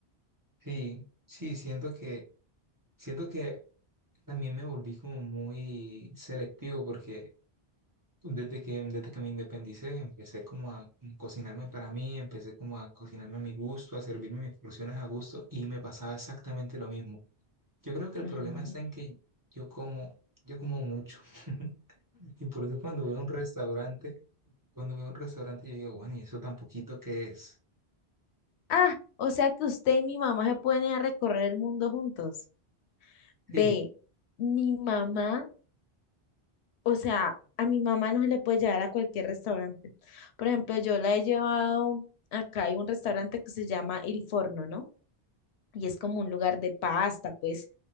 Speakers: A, on the right; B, on the left.
A: Sí, sí, siento que siento que también me volví como muy selectivo porque Desde que, desde que me independicé, empecé como a cocinarme para mí, empecé como a cocinarme a mi gusto, a servirme mis porciones a gusto y me pasaba exactamente lo mismo. Yo creo que el
B: Ajá.
A: problema está en que yo como, yo como mucho <laughs> y por eso cuando veo un restaurante, cuando veo un restaurante yo digo, bueno, ¿y eso tan poquito que es?
B: Ah, o sea que usted y mi mamá se pueden ir a recorrer el mundo juntos.
A: Sí,
B: Ve, mi mamá, o sea, a mi mamá no se le puede llevar a cualquier restaurante. Por ejemplo, yo la he llevado, acá hay un restaurante que se llama Il Forno, ¿no? Y es como un lugar de pasta, pues,